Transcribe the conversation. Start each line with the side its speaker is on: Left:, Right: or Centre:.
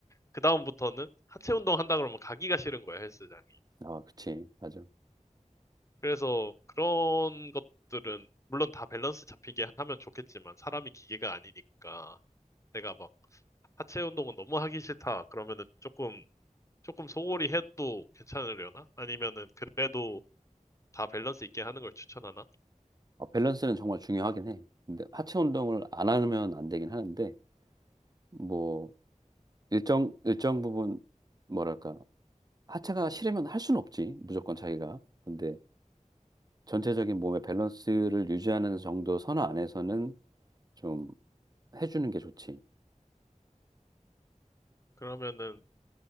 Left: 그다음부터는 하체 운동 한다 그러면 가기가 싫은 거야, 헬스장.
Right: 아, 그치. 맞아.
Left: 그래서 그런 것들은 물론 다 밸런스 잡히게 하면 좋겠지만 사람이 기계가 아니니까 내가 막 하체 운동은 너무 하기 싫다 그러면은 조금 조금 소홀히 해도 괜찮으려나? 아니면은 그래도 다 밸런스 있게 하는 걸 추천하나?
Right: 어, 밸런스는 정말 중요하긴 해. 근데 하체 운동을 안 하면 안 되긴 하는데 뭐 일정 일정 부분 뭐랄까 하체가 싫으면 할 수는 없지. 무조건 자기가. 근데 전체적인 몸의 밸런스를 유지하는 정도 선호 안에서는 좀 해주는 게 좋지.
Left: 그러면은